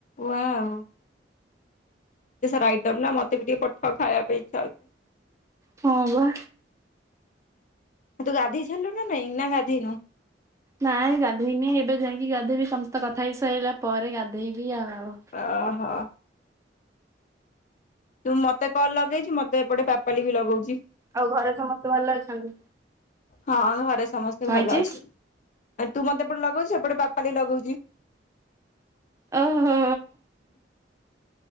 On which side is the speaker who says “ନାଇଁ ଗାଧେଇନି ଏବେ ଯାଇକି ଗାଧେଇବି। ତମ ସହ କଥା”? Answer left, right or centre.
Right